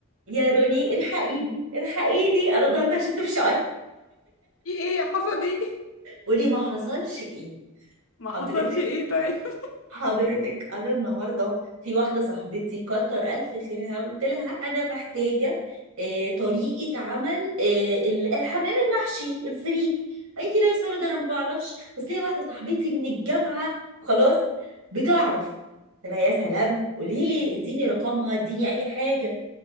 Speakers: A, on the right; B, on the left.
A: يا روني الحقيني الحقيني انا النهارده شلت في شعري
B: في ايه حصل ايه
A: قولي ما حصلش ايه
B: ما
A: حضرتك
B: حصلش ايه طيب <laughs>
A: حضرتك انا النهارده في واحده صاحبتي كتر الف خيرها قلت لها انا محتاجه آه طريقه عمل آه ال- الحمام المحشي الفريك قالت لي لا يا ساره ده انا ما بعرفش بس ليا واحده صاحبتي من الجامعه خلاص بتعرف قلت لها يا سلام قولي لي اديني رقمها اديني اي حاجه